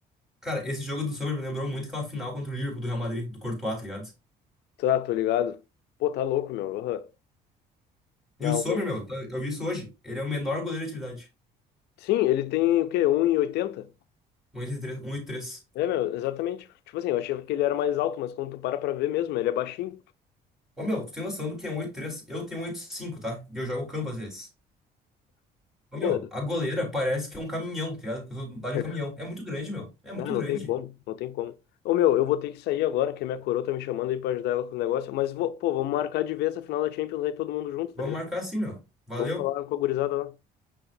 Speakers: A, in the centre; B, on the left.
A: Cara, esse jogo do Sommer me lembrou muito aquela final contra o Liverpool do Real Madrid, do Courtois, tá ligado?
B: Tá, tô ligado. Pô, tá louco, meu. Aham.
A: E
B: Não,
A: o Sommer,
B: meu.
A: meu, tá- eu vi isso hoje. Ele é o menor goleiro de atividade.
B: Sim, ele tem o quê? um e oitenta
A: um vírgula oitenta e três um vírgula oitenta e três.
B: É, meu, exatamente. Tipo assim, eu achava que ele era mais alto, mas quando tu para pra ver mesmo, ele é baixinho.
A: Ô, meu, tu tem noção do que é um vírgula oitenta e três Eu tenho um vírgula oitenta e cinco tá? E eu jogo campo às vezes. Ô, meu,
B: Pô,
A: a goleira parece que é um caminhão, tá ligado? Que eu sou do de
B: <laughs>
A: um caminhão. É muito grande, meu. É muito
B: não, não
A: grande.
B: tem como, não tem como. Ô, meu, eu vou ter que sair agora, que a minha coroa tá me chamando aí pra ajudar ela com o negócio. Mas, vou, pô, vamos marcar de ver essa final da Champions aí todo mundo junto,
A: Vamos
B: tá ligado?
A: marcar assim, meu. Valeu.
B: Vamos falar com a gurizada lá.